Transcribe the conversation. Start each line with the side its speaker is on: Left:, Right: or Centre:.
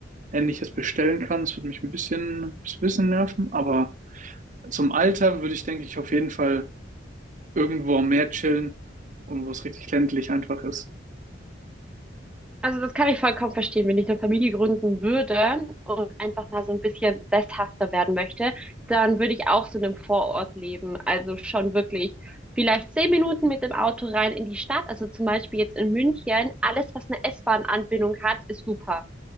Right: Ähnliches bestellen kann. Das würde mich ein bisschen, bisschen nerven. Aber zum Alter würde ich, denke ich, auf jeden Fall irgendwo am Meer chillen und wo es richtig ländlich einfach ist.
Centre: Also das kann ich vollkommen verstehen, wenn ich eine Familie gründen würde und einfach mal so ein bisschen sesshafter werden möchte, dann würde ich auch so in einem Vorort leben. Also schon wirklich vielleicht zehn Minuten mit dem Auto rein in die Stadt. Also zum Beispiel jetzt in München, alles, was eine S-Bahn-Anbindung hat, ist super.